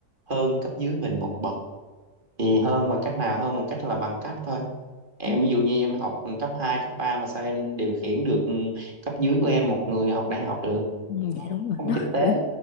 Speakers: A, on the right; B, on the left.
A: hơn cấp dưới mình một bậc thì hơn bằng cách nào hơn bằng cách là bằng cấp thôi em
B: Ừ.
A: ví dụ như em học cấp hai cấp 3 mà sao em điều khiển được cấp dưới của em một người học đại học được
B: Ừ,
A: nó,
B: dạ
A: nó
B: đúng rồi
A: không
B: nó
A: có thực tế
B: kiểu